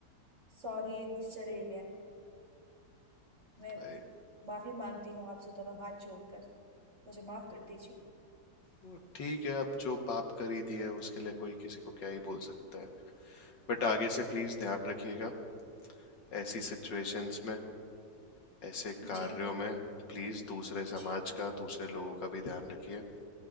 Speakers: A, on the right; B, on the left.
A: Sorry mister alien मैं
B: भाई
A: माफी मांगती हूँ आपसे दोनों हाथ जोड़कर मुझे माफ कर दीजिए
B: वो ठीक है अब जो पाप करी दिए उसके लिए कोई किसी को क्या ही बोल सकता है बट आगे से प्लीज ध्यान रखिएगा ऐसी सिचुएशंस में ऐसे कार्यों
A: जी
B: में प्लीज दूसरे समाज
A: जी
B: का दूसरे लोगों का भी ध्यान रखिए